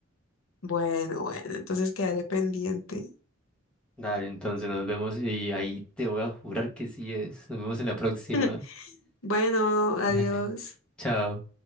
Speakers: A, on the left (about 85°); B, in the centre.
A: Bueno, bueno, entonces quedaré pendiente.
B: Dale, entonces nos vemos y ahí te voy a jurar que sí es. Nos vemos en la próxima.
A: <laughs> Bueno, adiós.
B: Dale. Chao.